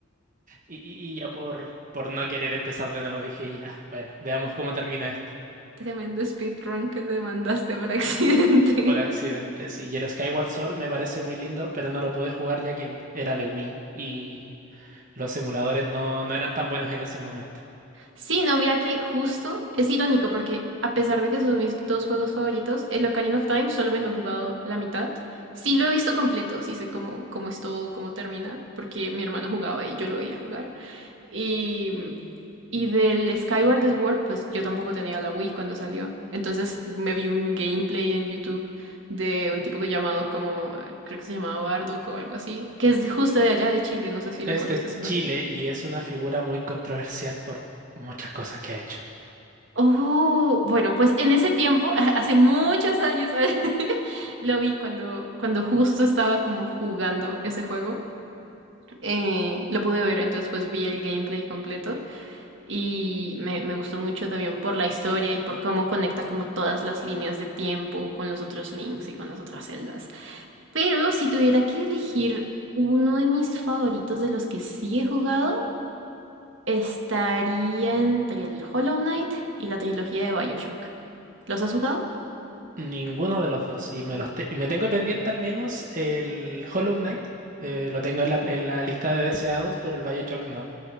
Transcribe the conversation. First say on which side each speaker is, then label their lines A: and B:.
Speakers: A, on the right; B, on the right.
A: y, y- y ya por, por no querer empezar de nuevo dije, ya, bueno, veamos cómo termina esto.
B: Tremendo speedrun que te mandaste por accidente.
A: Por accidente, sí. Y el Skyward Sword me parece muy lindo, pero no lo pude jugar ya que era de Wii y... Los emuladores no, no eran tan buenos en ese momento.
B: Sí, no, mira que justo es irónico porque a pesar de que son mis dos juegos favoritos, el Ocarina of Time solo me lo he jugado la mitad. Sí lo he visto completo, sí sé cómo, cómo es todo, cómo termina, porque mi hermano jugaba y yo lo veía jugar. Y, y del Skyward Sword, pues yo tampoco tenía la Wii cuando salió. Entonces me vi un gameplay en YouTube de un tipo que llamado como, creo que se llamaba Bardock o algo así, que es justo de allá de Chile, no sé si
A: Es
B: lo conoces
A: de
B: o no.
A: Chile y es una figura muy controversial por muchas cosas que ha hecho.
B: Oh, bueno, pues en ese tiempo, <laughs> hace muchos años, <laughs> lo vi cuando, cuando justo estaba como jugando ese juego. Eh, lo pude ver, entonces pues vi el gameplay completo y me, me gustó mucho también por la historia y por cómo conecta como todas las líneas de tiempo con los otros links y con las otras celdas. Pero si tuviera que elegir uno de mis favoritos de los que sí he jugado, Estaría entre el Hollow Knight y la trilogía de BioShock. ¿Los has jugado?
A: Ninguno de los dos. Y me, los te- y me tengo pendiente al menos el Hollow Knight. eh, lo tengo en la, en la lista de deseados, pero el BioShock no.